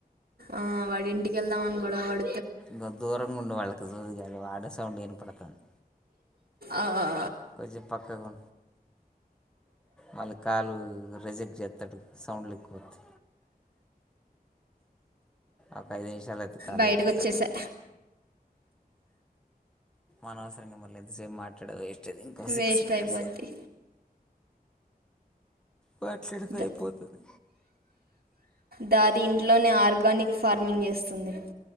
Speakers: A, on the right; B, in the centre.
A: ఆ వాడి ఇంటికి వెళ్దామని గొడవపడ
B: నువ్ దూరంగా ఉండు వాళ్ళకి <unintelligible> వాళ్ళ సౌండ్ వినపడుతుంది
A: ఆ ఆ
B: కొంచెం పక్కకు మళ్ళీ కాలు రిజెక్ట్ చేస్తాడు సౌండ్లు ఎక్కువస్తే ఒక ఐదు నిమిషాలు అయితే కాలు
A: బయటకు
B: అయిపోతట్టు
A: వచ్చేసా
B: అనవసరంగా మళ్ళీ ఇంతసేపు మాట్లాడే వేస్ట్ ఇంకో సిక్స్
A: వేస్ట్
B: మినిట్స్
A: అయిపోద్ది
B: మాట్లాడుతే
A: ద
B: అయిపోతది
A: దాది ఇంట్లోనే ఆర్గానిక్ ఫార్మింగ్ చేస్తుంది